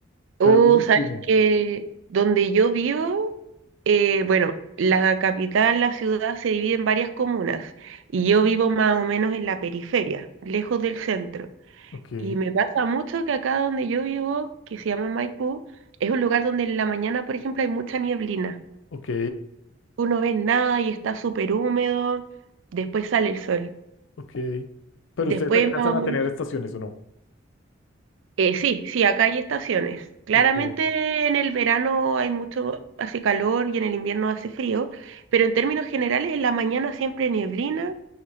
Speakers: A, on the right; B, on the left.
A: Uh,
B: pero durísimo.
A: sabes que donde yo vivo, eh, bueno, la capital, la ciudad se divide en varias comunas y yo vivo más o menos en la periferia, lejos del centro.
B: Ok,
A: Y me pasa mucho que acá donde yo vivo, que se llama Maipú, es un lugar donde en la mañana, por ejemplo, hay mucha nieblina.
B: ok,
A: Tú no ves nada y está súper húmedo, después sale el sol.
B: ok. Pero
A: Después,
B: ustedes alcanzan
A: más o
B: a
A: men-
B: tener estaciones o no.
A: eh, sí, sí, acá hay estaciones. Claramente
B: Ok,
A: en el verano hay mucho, hace calor y en el invierno hace frío, pero en términos generales en la mañana siempre nieblina,